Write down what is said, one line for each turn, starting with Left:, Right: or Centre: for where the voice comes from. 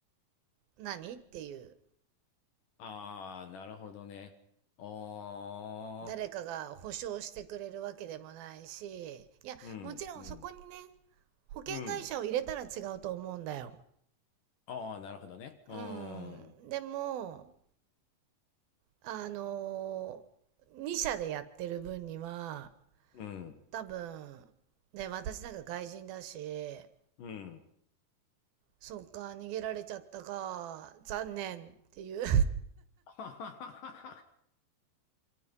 Right: 何っていう。
Left: ああ、なるほどね。ああ、
Right: 誰かが保証してくれるわけでもないし、いや、
Left: うん、
Right: もちろんそこにね、
Left: うん、
Right: 保険会社を入れたら違うと思うんだよ。
Left: うん。ああ、なるほどね。うーん、
Right: うん。でも、あのー、2社でやってる分には、
Left: うん、
Right: 多分、ね、私なんか外人だし、
Left: うん。
Right: そっか、逃げられちゃったか、残念っていう。
Left: <laughs> はは